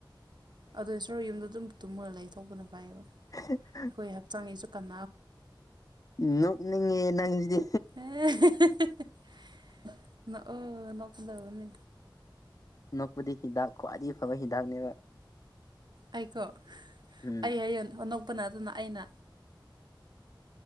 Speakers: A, on the right; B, on the left.
A: ꯑꯗꯨ ꯊ꯭ꯔꯣ ꯌꯨꯝꯗꯣ ꯑꯗꯨꯝ ꯇꯨꯝꯃꯒ ꯂꯩ ꯊꯣꯛꯄꯅ ꯐꯩꯌꯦꯕ
B: <inaudible>
A: ꯑꯩꯈꯣꯏ ꯍꯛꯆꯥꯡꯒꯤꯁꯨ ꯀꯥꯟ
B: ꯅꯅꯤꯡꯉ ꯅꯪꯗꯤ
A: ꯍ ꯅꯑꯣ ꯅꯄꯨꯗꯥꯕꯅꯤ
B: ꯅꯣꯛꯄꯗꯤ ꯍꯤꯗꯥꯛ ꯈ꯭ꯋꯥꯏꯗꯒꯤ ꯐꯕ ꯍꯤꯗꯥꯛꯅꯦꯕ
A: ꯑꯩꯀꯣ
B: ꯎꯝ
A: ꯑꯩ ꯍꯌꯦ ꯑꯅꯣꯛꯄꯅ ꯑꯗꯨꯅ ꯑꯩꯅ